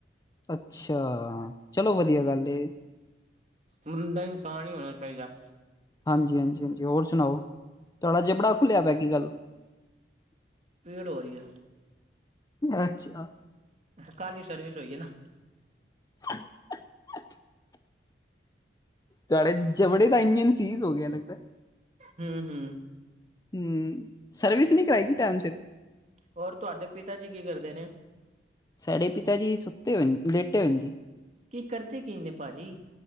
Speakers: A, on the left (about 20°); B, on the right (about 40°).
A: ਅੱਛਾ, ਚਲੋ ਵਧੀਆ ਗੱਲ ਏ।
B: ਬੰਦਾ ਇਨਸਾਨ ਹੀ ਹੋਣਾ ਚਾਈਦਾ।
A: ਹਾਂਜੀ-ਹਾਂਜੀ-ਹਾਂਜੀ, ਹੋਰ ਸੁਣਾਓ, ਤੁਹਾਡਾ ਜਬੜਾ ਖੁੱਲਿਆ ਪਿਆ ਕੀ ਗੱਲ?
B: ਪੀੜ ਹੋਰੀ ਐ।
A: ਅੱਛਾ।
B: ਕੱਲ ਈ ਸਰਵਿਸ ਹੋਈ ਏ ਨਾ।
A: <inaudible> ਤੁਆਡੇ ਜਬੜੇ ਦਾ, ਇੰਜਨ ਸੀਜ਼ ਹੋ ਗਿਆ ਲੱਗਦੈ।
B: ਹੂ ਹੂ
A: ਹੂ, ਸਰਵਿਸ ਨੀ ਕਰਾਈ ਕਿ ਟਾਈਮ ਸਿਰ
B: ਹੋਰ, ਤੁਆਡੇ ਪਿਤਾ ਜੀ ਕੀ ਕਰਦੇ ਨੇ?
A: ਸਾਡੇ ਪਿਤਾ ਜੀ ਸੁੱਤੇ ਹੋਏਨ, ਲੇਟੇ ਹੋਯਨ ਜੀ।
B: ਕੀ ਕਰਦੇ ਕੀ ਨੇ ਭਾਜੀ?